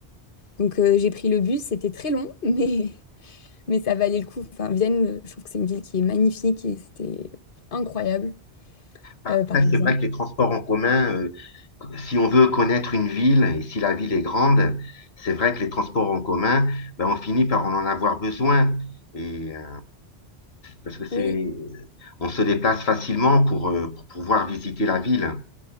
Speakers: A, on the left (about 55°); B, on the left (about 70°).
A: Donc, euh, j'ai pris le bus, c'était très long, <laughs> mais, mais ça valait le coup. Enfin, Vienne, euh, je trouve que c'est une ville qui est magnifique et c'était incroyable,
B: Bah,
A: euh,
B: Après,
A: par exemple.
B: c'est vrai que les transports en commun euh, si on veut connaître une ville et si la ville est grande, c'est vrai que les transports en commun, ben, on finit par en avoir besoin. Et euh, parce que c'est,
A: Oui,
B: on se déplace facilement pour, euh, pour pouvoir visiter la ville.